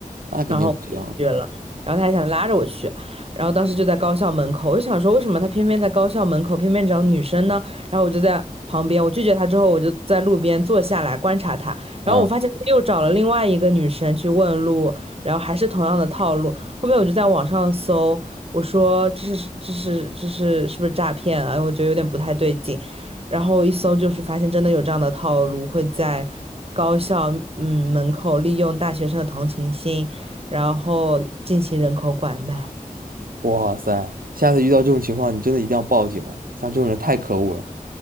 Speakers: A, on the right; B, on the right.
A: 那肯定不行。
B: 然后我就拒绝了，然后他还想拉着我去，然后当时就在高校门口，我就想说为什么他偏偏在高校门口，偏偏找女生呢？然后我就在旁边，我拒绝他之后，我就在路边坐下来观察他，
A: 嗯，
B: 然后我发现他又找了另外一个女生去问路，然后还是同样的套路。后面我就在网上搜，我说这是这是这是是不是诈骗啊？我觉得有点不太对劲，然后一搜就是发现真的有这样的套路，会在高校嗯门口利用大学生的同情心。然后进行人口拐卖。
A: 哇塞，下次遇到这种情况，你真的一定要报警啊！像这种人太可恶了。